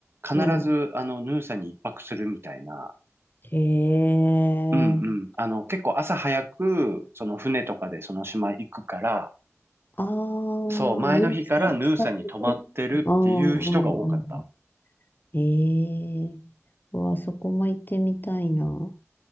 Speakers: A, on the right; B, on the left.
A: 必ず、
B: うん。
A: あの、ヌーサに一泊するみたいな。
B: へえ。
A: うんうん。あの、結構朝早く、その船とかでその島行くから、
B: ああ、
A: そう、前の日からヌーサに泊まってるっていう人が多かった。
B: 皆さん近くで。ああ、うんうん。へえ。うわ、そこも行ってみたいな。